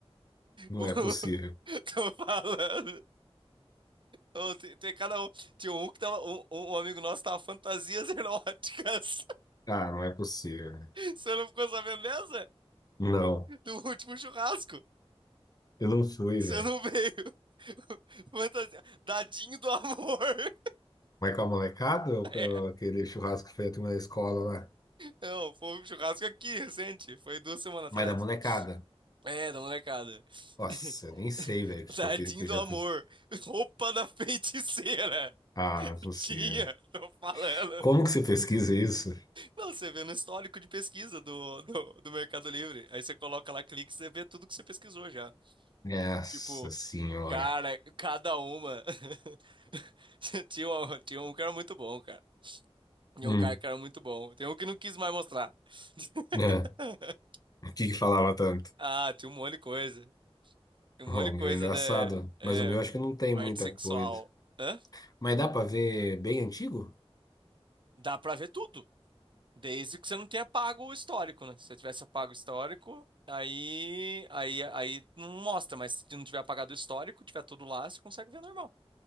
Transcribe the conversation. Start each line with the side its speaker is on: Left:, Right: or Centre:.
Left: Não
Right: <laughs>
Left: é possível.
Right: Tô falando. Ô, tem, tem cada um. Tinha um que tava. Um, um um amigo nosso tava fantasias eróticas.
Left: Ah, não é possível. né?
Right: <laughs> Você não ficou sabendo dessa?
Left: Não,
Right: Do último churrasco.
Left: eu não fui,
Right: Que
Left: velho.
Right: você não veio. <laughs> Fantasia. Dadinho do amor. <laughs>
Left: Mas com a molecada ou
Right: É.
Left: com aquele churrasco feito na escola lá?
Right: Não, foi um churrasco aqui, recente. Foi duas semanas atrás.
Left: Mas da molecada.
Right: É, da molecada.
Left: Nossa,
Right: <laughs>
Left: eu nem sei, velho, o que
Right: Dadinho
Left: que eu, pe- que
Right: do
Left: eu já
Right: amor.
Left: fiz.
Right: Roupa da feiticeira. <laughs>
Left: Ah, não é possível.
Right: Tinha, tô falando.
Left: Como que você pesquisa isso?
Right: Não, você vê no histórico de pesquisa do, do, do Mercado Livre. Aí você coloca lá clique, você vê tudo que você pesquisou já.
Left: Nossa
Right: Tipo,
Left: senhora.
Right: cara, cada uma. <laughs> Tinha um, tinha um que era muito bom, cara. Tinha
Left: Hum,
Right: um cara que era muito bom. Tem um que não quis mais mostrar.
Left: é.
Right: <laughs>
Left: O que que falava tanto?
Right: Ah, tinha um monte de coisa. Tem um
Left: Bom,
Right: monte de
Left: o meu
Right: coisa
Left: é engraçado,
Right: da é,
Left: mas o meu acho que não tem
Right: parte
Left: muita
Right: sexual.
Left: coisa.
Right: Hã?
Left: Mas dá pra ver bem antigo?
Right: Dá pra ver tudo. Desde que você não tenha pago o histórico, né? Se você tivesse apago o histórico, aí, aí, aí não mostra, mas se não tiver apagado o histórico, tiver tudo lá, você consegue ver normal.